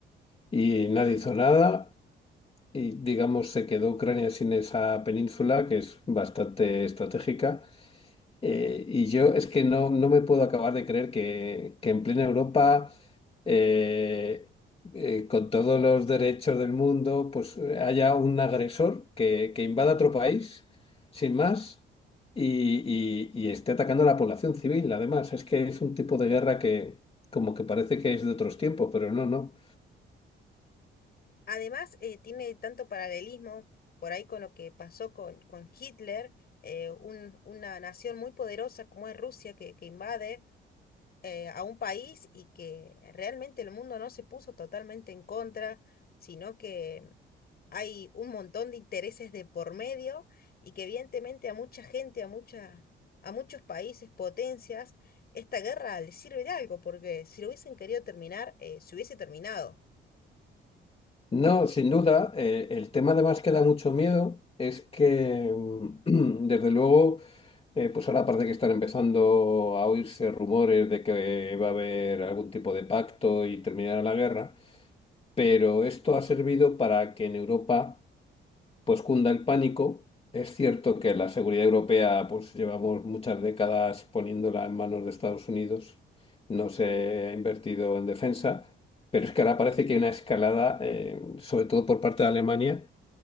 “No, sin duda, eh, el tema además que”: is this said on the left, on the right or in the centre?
Left